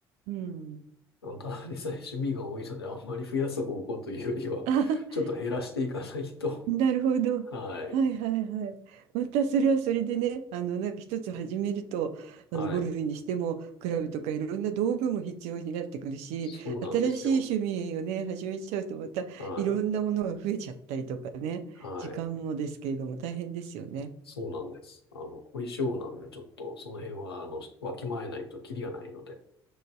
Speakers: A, on the right; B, on the left.
A: うん。
B: あのただでさえ趣味が多いので、あんまり増やす方向というよりは、
A: <laughs>
B: ちょっと減らしていかないと。
A: あ、なるほど。
B: <laughs> はい、
A: はいはいはい。またそれはそれでね、あの、なんか一つ始めると、あの、
B: はい。
A: ゴルフにしても、クラブとかいろんな道具も必要になってくるし、
B: そうなんですよ。
A: 新しい趣味をね、始めちゃうと、またいろんなものが増えちゃったりとかね、
B: はい、はい。
A: 時間もですけれども、大変ですよね。
B: そうなんです。あの、凝り性なんで、ちょっとその辺は、あの、わきまえないとキリがないので。